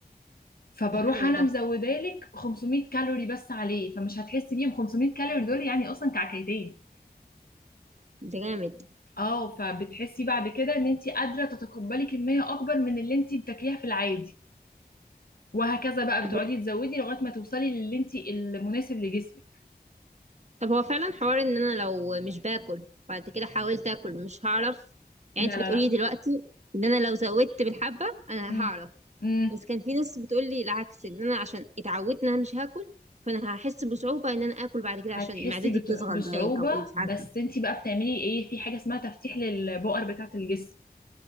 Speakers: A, on the left (about 60°); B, on the right (about 45°).
A: فبروح
B: ده حلو
A: انا
B: ده
A: مزودالك 500 كالوري بس عليه فمش هتحسي بيهم 500 كالوري دول يعني اصلا كعكيتين
B: ده جامد
A: اه فبتحسي بعد كده ان انت قادره تتقبلي كميه اكبر من اللي انت بتاكليها في العادي وهكذا بقى
B: طب
A: بتقعدي تزودي لغايه ما توصلي للي انت المناسب لجسمك
B: طب هو فعلا حوار ان انا لو مش باكل بعد كده حاولت اكل مش هعرف يعني
A: لا
B: انت
A: لا
B: بتقولي
A: لا
B: دلوقتي ان انا لو زودت بالحبة انا
A: امم
B: هعرف
A: امم
B: بس كان في ناس بتقول لي العكس ان انا عشان اتعودت ان انا مش هاكل فانا هحس بصعوبة ان انا اكل بعد كده
A: هتحسي
B: عشان معدتي
A: بت-
B: بتصغر
A: بصعوبه
B: باين او ايه مش عارفة
A: بس انت بقى بتعملي ايه في حاجه اسمها تفتيح للبؤر بتاعه الجسم